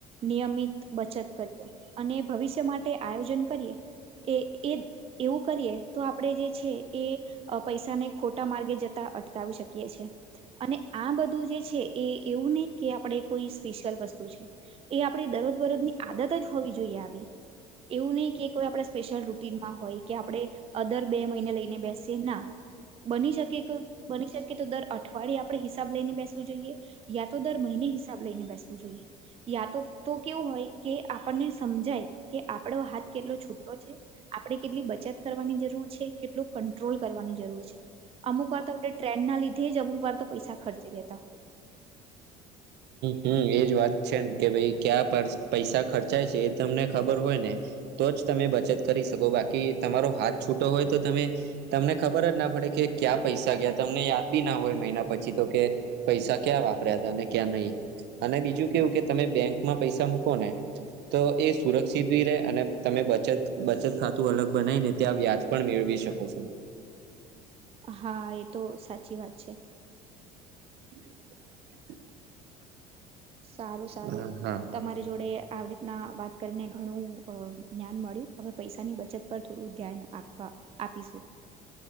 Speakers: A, on the right; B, on the right.
A: નિયમિત બચત કરીએ અને ભવિષ્ય માટે આયોજન કરીએ એ એ એવું આપણેે જે છે એ પૈસાને ખોટા માર્ગે જતા અટકાવી શકીએ છીએ અને આ બધું જે છે એ એવું નહીં કે આપણે કોઈ સ્પેશિયલ વસ્તુ છે એ આપણી દરોજ બરોજની આદત જ હોવી જોઈએ આવી એવું નહીં કે કોઈ આપણા સ્પેશિયલ રૂટીનમાં હોય કે આપણે અદર બે મહિને લઈને બેસીએ ના બની શકે કે બની શકે તો દર અઠવાડિયે આપણે હિસાબ લઈને બેસવું જોઈએ યા તો દર મહિને હિસાબ લઈને બેસવું જોઈએ યા તો તો કેવું હોય કે આપણને સમજાય કે આપડો હાથ કેટલો છૂટો છે આપણેે કેટલી બચત કરવાની જરૂર છે કેટલું કંટ્રોલ કરવાની જરૂર છે અમુક વાર તો આપણે ટ્રેન્ડના લીધે જ અમુક વાર તો પૈસા ખર્ચી લેતા હોય
B: હમ એજ વાત છે ને કે ભાઈ ક્યાં પૈસા ખર્ચાય છે એ તમને ખબર હોય ને તો જ તમે બચત કરી શકો બાકી તમારો હાથ છૂટો હોય તો તમે તમને ખબર જ ના પડે કે ક્યા પૈસા ગયા તમને યાદ ભી ના હોય મહિના પછી તો કે પૈસા ક્યાં વાપર્યા હતા અને ક્યાં નહી અને બીજું કેવું કે તમે બેંકમાં પૈસા મૂકો ને તો એ સુરક્ષિત ભી રે અને તમે બચત બચત ખાતું અલગ બનાય ને ત્યાં વ્યાજ પણ મેળવી શકો છો
A: હા એ તો સાચી વાત છે
B: <inaudible>
A: સારું સારું
B: હા હા
A: તમારી જોડે આવડી ના વાત કરીને ઘણું જ્ઞાન મળ્યું હવે પૈસાની બચત પર થોડું ધ્યાન આપવા આપીશું